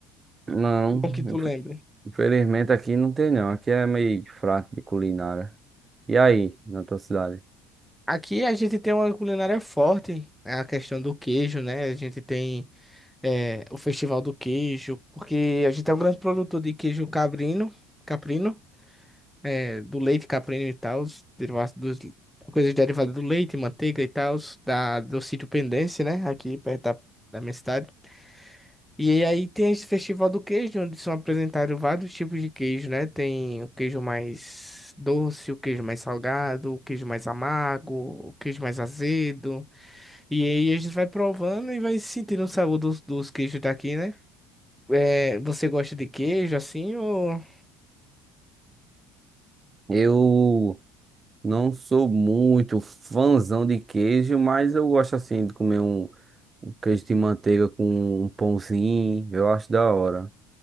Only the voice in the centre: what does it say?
não que tu
lembre?
Aqui a gente tem uma culinária forte, é a questão do queijo, né? A gente tem. é, o Festival do Queijo, porque a gente é um grande produtor de queijo cabrino, caprino, é, do leite caprino e tal, os derivados dos, coisas derivadas do leite, manteiga e tal, da, do sítio Pendência, né, aqui perto da, da minha cidade. E aí tem esse Festival do Queijo, onde são apresentados vários tipos de queijo, né? Tem o queijo mais doce, o queijo mais salgado, o queijo mais amargo, o queijo mais azedo. E aí a gente vai provando e vai sentindo o sabor dos, dos queijos daqui, né? É, você gosta de queijo assim ou